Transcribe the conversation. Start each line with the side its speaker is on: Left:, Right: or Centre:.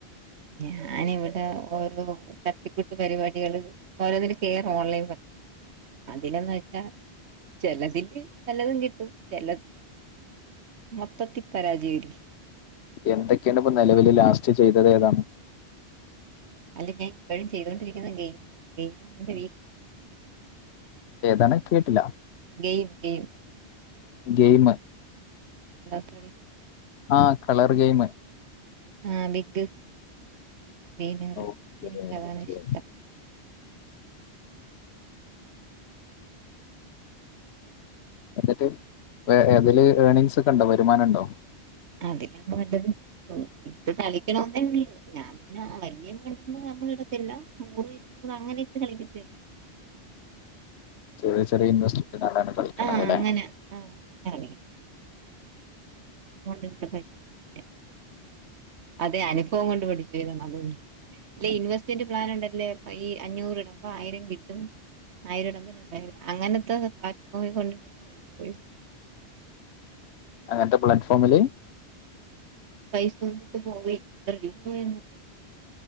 Right: ഞാനിവിടെ ഓരോ തട്ടിക്കുട്ട് പരിപാടികള് ഓരോന്നിൽ കേറ് ഓൺലൈൻ അതിന്ന് വെച്ചാൽ ചിലതില് നല്ലതും കിട്ടും ചില മൊത്തത്തിൽ പരാജയൽ
Left: എന്തൊക്കെയാണ് ഇപ്പൊ നിലവില് ലാസ്റ്റ് ചെയ്തത് ഏതാണ്
Right: അല്ല ഞാൻ ഇപ്പോഴും ചെയ്തുകൊണ്ടിരിക്കുന്ന ഗെയിമാണ് ഗെയിമാണ് എന്റെറെ <unintelligible>
Left: ഏതാണ് കേട്ടില്ല
Right: ഗെയിം ഗെയിം
Left: ഗെയിം
Right: <unintelligible>
Left: ആഹ് കളർ ഗെയിമ്
Right: ആ ബിഗ് ഗ്രീനറ്
Left: ഓക്കെ
Right: എനിക്ക്
Left: ഓക്കെ
Right: അതാണ് ഇഷ്ടം
Left: എന്നിട്ട് അതില് ഏണിങ്സ് ഒക്കെ ഉണ്ടോ വരുമാനം ഉണ്ടോ.
Right: അതിലാ നല്ലത് ഇപ്പ കളിക്കണന്നേ ഉള്ള ഞാൻ പിന്നെ വല്ിയ വ നമ്മളിടത്തില്ല നൂറ് ഇരുന്നൂറ് അങ്ങനെക്കെ കളിക്കത്തില്ലേ
Left: ചെറിയ ചെറിയ ഇൻവെർസ്റ്റിന ആണ് കളിക്കുന്നത്
Right: ആഹ്
Left: അല്ലെ
Right: അങ്ങനെ ആഹ് നന്ന ട്ട പരിപാടി അതെ അനുഭവം കൊണ്ട് പഠിച്ചു്താണ് അതണ്ട് ഇല്ല ഇൻവെസ്റ്റ്മെന്റ് പ്ലാ ഉണ്ടല്ലേ ഈ അഞ്ഞൂറ് ഇടമ്പ ആയിരം കിട്ടും. ആയിരം ഇടമ്പോ രണ്ടായിരം അങ്ങനത്തെ പല കൊണ്ടിട്ടാണ് പൈസ പോയത്
Left: അങ്ങനത്തെ പ്ലാറ്റ്ഫോമില്
Right: പൈസ കൊണ്ടിട്ട് പോവ ഇത്ര രൂന്ന്റ <unintelligible>